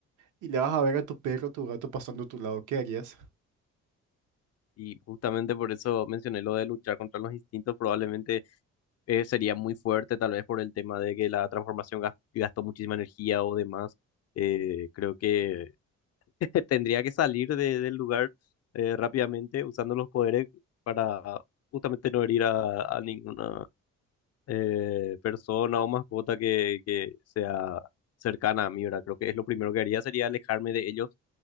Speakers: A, on the right; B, on the left.
A: y le vas a ver a tu perro o tu gato pasando a tu lado, ¿qué harías?
B: Y justamente por eso mencioné lo de luchar contra los instintos, probablemente eh, sería muy fuerte, tal vez por el tema de que la transformación gas- gastó muchísima energía o demás. Eh, creo que <laughs> tendría que salir de- del lugar eh, rápidamente usando los poderes para justamente no herir a, a ninguna eh, persona o mascota que, que sea cercana a mí, ¿verdad? Creo que es lo primero que haría sería alejarme de ellos